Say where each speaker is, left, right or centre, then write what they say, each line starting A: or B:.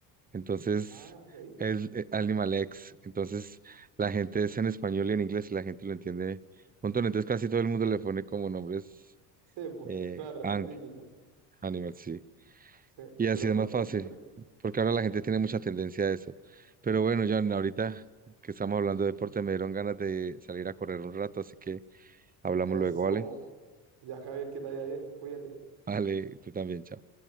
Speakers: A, on the right; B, on the right.
A: Entonces,
B: Ah, ok.
A: es eh, Animal X. Entonces, la gente es en español y en inglés y la gente lo entiende un montón. Entonces, casi todo el mundo le pone como nombres
B: Sí, pues,
A: eh,
B: claro,
A: ang-
B: la típica.
A: Animal, sí.
B: Sí,
A: Y
B: pero
A: así es
B: bastante.
A: más fácil, porque ahora la gente tiene mucha tendencia a eso. Pero bueno, John, ahorita que estamos hablando de deporte, me dieron ganas de salir a correr un rato, así que hablamos
B: Eso.
A: luego, ¿vale?
B: Ya, Javier, que te vaya bien, cuídate.
A: Vale, tú también, chao.